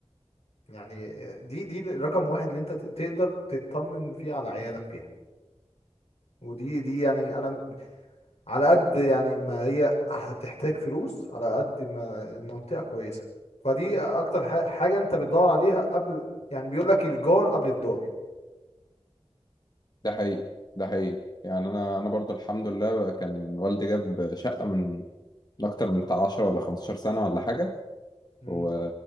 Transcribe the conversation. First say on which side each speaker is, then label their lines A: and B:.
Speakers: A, on the left; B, on the left.
A: يعني آه، دي دي رقم واحد اللي أنت تقدر تطمن فيه على عيالك فيها ودي دي يعني انا على قد يعني ما هي هتحتاج فلوس على قد ما المنطقة كويسة فدي أكتر ح- حاجة أنت بتدور عليها قبل يعني بيقول لك الجار قبل الدار
B: ده حقيقي ده حقيقي يعني انا انا برضو الحمد لله كان والدي جاب شقة من من اكتر من بتاع 10 ولا 15 سنة ولا حاجة
A: مم.
B: و...